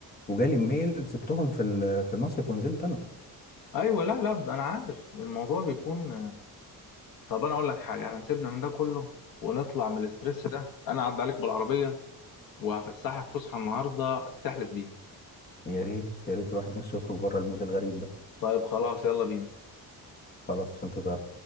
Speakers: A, on the left; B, on the left.
A: وجالي ميل سبتهم في ال- في المصيف ونزلت انا
B: ايوه لا لا ده انا عارف الموضوع بيكون طب انا اقول لك حاجه هنسيبنا من ده كله ونطلع من الاسترس ده انا هعدي عليك بالعربيه وهفسحك فسحه النهارده تحلف بيها
A: يا ريت يا ريت الواحد نفسه يخرج بره المود الغريب ده
B: طيب خلاص يلا بينا
A: خلاص في انتظار